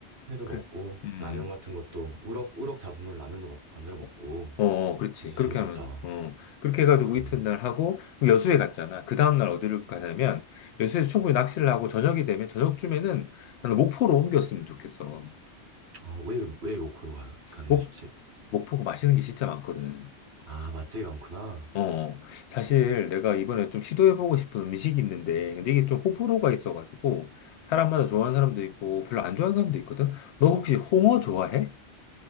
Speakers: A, on the right (about 75°); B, on the left (about 85°).
A: 회도
B: 그래.
A: 먹고
B: 음.
A: 라면 같은 것도 우럭 우럭 잡으면 라면도 막 만들어 먹고.
B: 어, 어, 그렇지.
A: 그럼 진짜
B: 그렇게
A: 재밌겠다.
B: 하면, 어. 그렇게 해가지고
A: 그래.
B: 이튿날 하고, 그럼 여수에 갔잖아. 그 다음날 어디를 가냐면, 여수에서 충분히 낚시를 하고, 저녁이 되면, 저녁쯤에는 나는 목포로 옮겼으면 좋겠어.
A: 아, 왜, 왜 목포로 가, 가는
B: 목,
A: 게 좋지?
B: 목포가 맛있는 게 진짜 많거든.
A: 아, 맛집이 많구나.
B: 어, 사실 내가 이번에 좀 시도해보고 싶은 음식이 있는데, 근데 이게 좀 호불호가 있어가지고, 사람마다 좋아하는 사람도 있고, 별로 안 좋아하는 사람도 있거든? 너 혹시 홍어 좋아해?